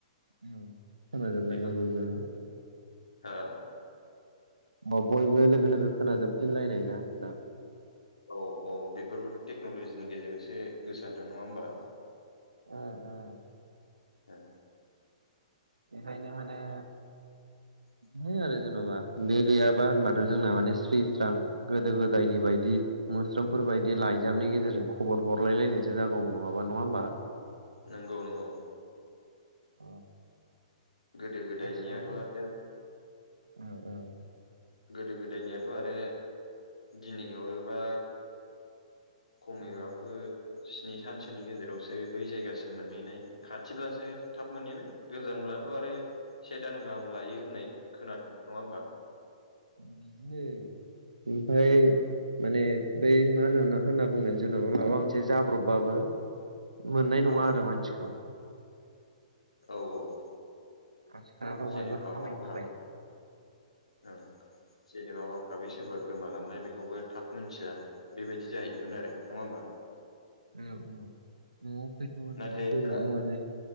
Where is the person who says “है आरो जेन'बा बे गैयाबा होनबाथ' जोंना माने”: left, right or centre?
Right